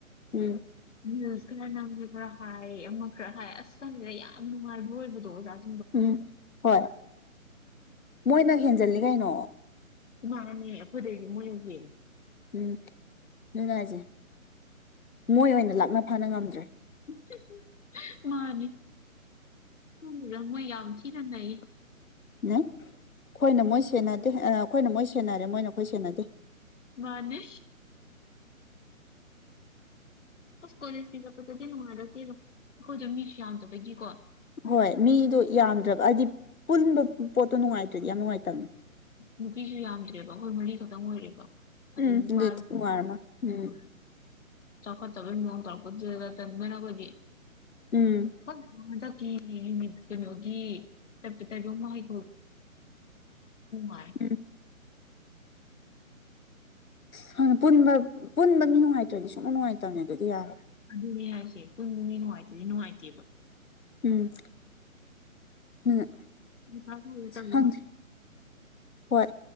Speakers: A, on the left (about 75°); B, on the left (about 60°).
A: ꯎꯝ
B: ꯔꯤꯂꯁ ꯈꯔ ꯅꯝꯁꯦ ꯈꯔ ꯍꯥꯏ ꯑꯃ ꯈꯔ ꯍꯥꯏ ꯑꯁ ꯈꯪꯗꯦꯗ ꯌꯥꯝ ꯅꯨꯡꯉꯥꯏꯕ ꯑꯣꯏꯕꯗꯣ ꯑꯣꯖꯥꯁꯦ
A: ꯎꯝ ꯍꯣꯏ ꯃꯣꯏ ꯅꯪꯍꯦꯟꯖꯜꯂꯤ ꯀꯩꯅꯣ
B: ꯃꯥꯅꯦ <unintelligible> ꯃꯣꯏꯅꯕꯨ ꯍꯦꯟꯂꯤ
A: ꯎꯝ ꯑꯗꯨꯅꯦ ꯍꯥꯏꯁꯦ ꯃꯣꯏ ꯑꯣꯏꯅ ꯂꯥꯛꯅ ꯐꯅ ꯉꯝꯗ꯭ꯔꯦ
B: <unintelligible> ꯃꯥꯅꯦ <unintelligible> ꯃꯣꯏ ꯌꯥꯝ ꯊꯤꯅ ꯅꯩ
A: ꯅꯩ ꯑꯩꯈꯣꯏꯅ ꯃꯣꯏ ꯁꯦꯟꯅꯗꯦ ꯑꯩꯈꯣꯏꯅ ꯃꯣꯏ ꯁꯦꯟꯅꯔꯦ ꯃꯣꯏꯅ ꯑꯩꯈꯣꯏ ꯁꯦꯟꯅꯗꯦ
B: ꯃꯥꯅꯤ ꯑꯁ ꯀꯂꯦꯖ ꯀꯤ ꯆꯠꯄꯗꯗꯤ ꯅꯨꯡꯉꯥꯏꯔꯛ ꯇꯦ ꯑꯩꯈꯣꯏꯗꯣ ꯃꯤꯁꯨ ꯌꯥꯝꯗꯕꯒꯤ ꯀꯣ
A: ꯍꯣꯏ ꯃꯤꯗꯣ ꯌꯥꯝꯗ꯭ꯔꯕ ꯍꯥꯏꯗꯤ ꯄꯨꯟꯕ ꯄꯣꯠꯇꯣ ꯅꯨꯡꯉꯥꯏꯇ꯭ꯔꯗꯤ ꯌꯥꯝ ꯅꯨꯡꯉꯥꯏꯇꯕꯅꯦ
B: ꯅꯨꯄꯤꯁꯨ ꯌꯥꯝꯗ꯭ꯔꯦꯕ ꯑꯩꯈꯣꯏ ꯃꯔꯤꯈꯛꯇꯪ ꯑꯣꯏꯔꯦꯕ ꯑꯗꯩ
A: ꯎꯝ
B: <unintelligible>
A: ꯑꯗꯨꯏꯗꯤ ꯅꯨꯡꯉꯥꯏꯔꯝꯃꯣꯏ ꯎꯝ
B: ꯆꯥꯎꯈꯠꯇꯕꯩ ꯃꯑꯣꯡ ꯇꯧꯔꯛꯄꯗꯨꯗꯗꯤ ꯇꯟꯕꯅ ꯑꯩꯈꯣꯏꯗꯤ
A: ꯎꯝ
B: <unintelligible> ꯍꯟꯗꯛꯀꯤ <unintelligible> ꯀꯩꯅꯣꯒꯤ <unintelligible> <unintelligible> ꯅꯨꯉꯥꯏ <unintelligible>
A: ꯎꯝ <unintelligible> ꯄꯨꯟꯕ ꯄꯨꯟꯕ ꯃꯤ ꯅꯨꯡꯉꯥꯏꯇ꯭ꯔꯗꯤ ꯁꯨꯡꯅꯨꯡ ꯅꯨꯡꯉꯥꯏꯇꯕꯅꯦ ꯑꯗꯨꯗꯤ ꯌꯥꯔꯣꯏ
B: ꯑꯗꯨꯅꯦ ꯍꯥꯏꯁꯦ ꯄꯨꯟꯕ ꯃꯤ ꯅꯨꯡꯉꯥꯏꯇꯗꯤ ꯅꯨꯡꯉꯥꯏꯇꯦꯕ
A: ꯎꯝ ꯎꯝ
B: ꯃꯊꯥ ꯁꯥꯏꯗ ꯇꯧꯔꯤꯁꯦ
A: ꯈꯪꯗꯦ ꯍꯣꯏ